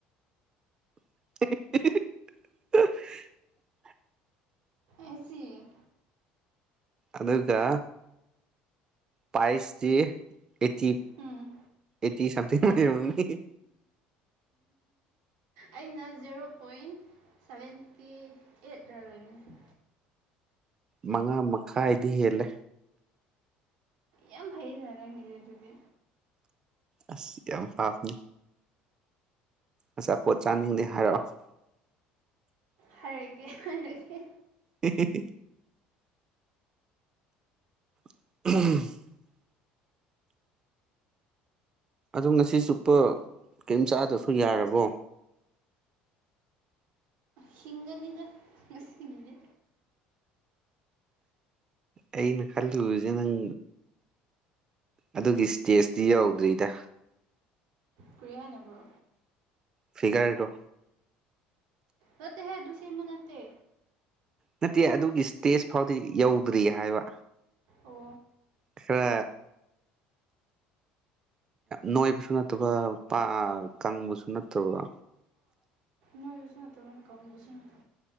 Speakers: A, on the right; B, on the right.
A: <unintelligible>
B: ꯑꯦꯁꯤ
A: ꯑꯗꯨꯀ ꯄꯥꯏꯁꯇ ꯑꯦꯇꯤ
B: ꯎꯝ
A: ꯑꯦꯇꯤ ꯁꯝꯊꯅꯤ
B: ꯑꯦ ꯑꯩꯅ ꯖꯦꯔꯣ ꯄꯣꯏꯟ ꯁꯚꯦꯟꯇꯤ ꯑꯦꯠ ꯔ ꯂꯩꯣꯏꯕꯅꯤ
A: ꯃꯉꯥ ꯃꯈꯥꯏꯗꯤ ꯍꯦꯜꯂꯦ
B: ꯌꯥꯝ ꯐꯩꯗꯅ ꯅꯪꯒꯤꯗꯤ ꯑꯗꯨꯗꯤ
A: ꯑꯁ ꯌꯥꯝ ꯄꯥꯕꯅꯦ ꯑꯆꯥ ꯄꯣꯠ ꯆꯥꯅꯤꯡꯗꯦ ꯍꯥꯏꯔꯛꯑꯣ
B: ꯍꯥꯏꯔ ꯀꯦ ꯍꯥꯏꯔ ꯀꯦ
A: ꯑꯦ <unintelligible> ꯑꯣ ꯉꯁꯤ ꯆꯨꯞꯄ ꯀꯔꯤꯝ ꯆꯥꯗ꯭ꯔꯁꯨ ꯌꯥꯔꯕꯣ
B: ꯁꯤꯒꯅꯤꯗ ꯉꯁꯤꯅꯦꯅꯤ
A: ꯑꯩꯅ ꯈꯜꯂꯨꯁꯦ ꯅꯪ ꯑꯗꯨꯒꯤ ꯏꯁꯇꯦꯖꯇꯤ ꯌꯧꯗ꯭ꯔꯤꯗ
B: ꯀ ꯍꯥꯏꯅꯔꯕ꯭ꯔꯣ
A: ꯐꯤꯒꯔ ꯇꯣ
B: ꯔꯠꯇꯍ ꯑꯗꯨꯗꯨꯁꯔꯤ ꯃꯅꯥꯠꯇ
A: ꯅꯠꯇꯦ ꯑꯗꯨꯒꯤ ꯏꯁꯇꯦꯖ ꯐꯥꯎꯗꯤ ꯌꯧꯗ꯭ꯔꯤ ꯍꯥꯏꯕ
B: ꯑꯣ
A: ꯈ ꯅꯣꯏꯕꯁꯨ ꯅꯠꯇꯕ ꯀꯥꯡꯪꯕꯁꯨ ꯅꯠꯇꯕ
B: ꯅ ꯌꯁ ꯅ ꯇꯣ ꯀꯥꯎ ꯀꯁ ꯅꯠꯇꯣ